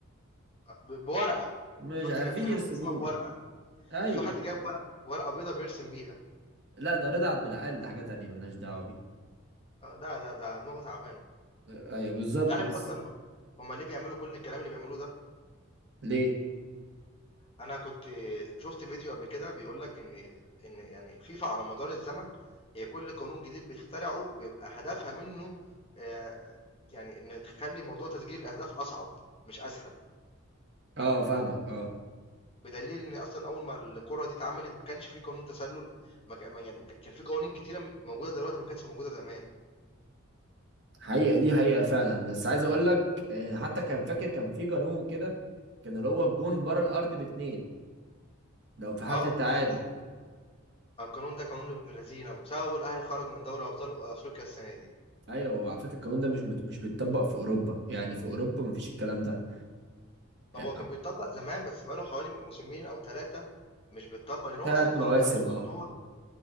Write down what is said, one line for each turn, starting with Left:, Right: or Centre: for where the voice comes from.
Left: أ ب بورقة،
Right: مش
Left: شُفت
Right: عارفين
Left: كان في حد
Right: يرسموه
Left: رسمها بورقة،
Right: ايوه
Left: كان في حد جايب ورق ورقة بيضا بيرسم بيها.
Right: لا ده رضا عبد العال ده حاجه تانية ملناش دعوه بيه
Left: آه، ده ده ده دماغه تعبانه
Right: آه، ايوه بالظبط
Left: انت عارف
Right: بس
Left: بالظبط اصلا هما ليه بيعملوا كل الكلام اللي بيعملوه ده
Right: ليه
Left: انا كنت شفت فيديو قبل كده بيقول لك ان ان يعني الفيفا على مدار الزمن هي كل قانون جديد بتخترعه بيبقى هدفها منه آه، يعني ان تخلي موضوع تسجيل الاهداف اصعب مش اسهل
Right: اه فاهمك اه
Left: بدليل ان اصلا اول ما الكره دي اتعملت ما كانش في قانون تسلل ما كان ما- يعني ما كان كان في قوانين كتيره موجوده دلوقتي ما كانتش موجوده زمان
Right: حقيقة دي حقيقة فعلا بس عايز اقول لك آه، حتى كان فاكر كان في قانون كده كان اللي هو الجون بره الارض باتنين لو في حالة
Left: اه
Right: التعادل
Left: بس ده القانون ده قانون ابن لذينه وبسببه الاهلي خرج من دوري ابطال افريقيا السنه دي
Right: ايوه على فكرة القانون ده مش مت- مش بيتطبق في اوروبا يعني في اوروبا مفيش الكلام ده يعني
Left: هو كان بيتطبّق زمان، بس بقى له حوالي موسمين أو 3 مش بيتطبّق، لإن هو
Right: ثلاث
Left: أصلًا قانون
Right: مواسم
Left: أنا شايف
Right: اه
Left: إن هو